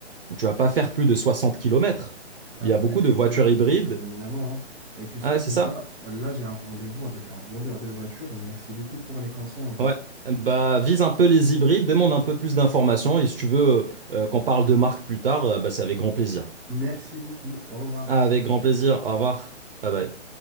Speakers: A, on the right; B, on the right.
A: Tu vas pas faire plus de 60 kilomètres.
B: Bah,
A: Il y
B: bien
A: a beaucoup
B: évidemment,
A: de voitures hybrides.
B: bien évidemment, hein. Et tu sais
A: Ah, ouais,
B: déjà,
A: c'est ça?
B: là j'ai un rendez-vous avec un vendeur de voitures. Merci beaucoup pour les conseils en tout
A: Ouais.
B: cas.
A: Bah, vise un peu les hybrides, demande un peu plus d'informations. Et si tu veux euh, euh, qu'on parle de marque plus tard, euh, bah, c'est avec grand plaisir.
B: Merci beaucoup. Au revoir.
A: Ah, avec grand plaisir. Au revoir. Bye bye.